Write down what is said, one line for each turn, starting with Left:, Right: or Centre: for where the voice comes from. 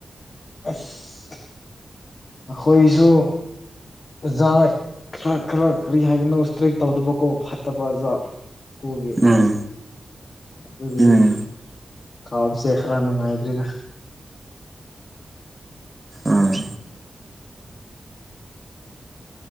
Left: ꯑꯁ ꯑꯩꯈꯣꯏꯁꯨ ꯑꯣꯖꯥ ꯈꯔ ꯈꯔ ꯀꯔꯤ ꯍꯥꯏꯒꯅꯣ ꯏꯁꯇ꯭ꯔꯦꯛ ꯇꯧꯗꯕꯀꯣ ꯐꯠꯇꯕ ꯑꯣꯖꯥ ꯁ꯭ꯀꯨꯜꯒꯤ
Right: ꯎꯝ
Left: ꯑꯗꯨꯒꯤ
Right: ꯎꯝ
Left: ꯀꯥꯎꯕ ꯁꯦꯈ꯭ꯔꯥ ꯃꯥꯏꯗ꯭ꯔꯔꯤꯒ
Right: ꯎꯝ